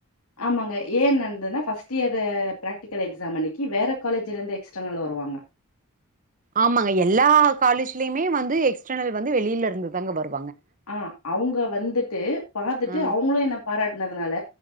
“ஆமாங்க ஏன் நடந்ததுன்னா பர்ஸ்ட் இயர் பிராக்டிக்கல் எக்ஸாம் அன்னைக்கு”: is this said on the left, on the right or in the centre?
Left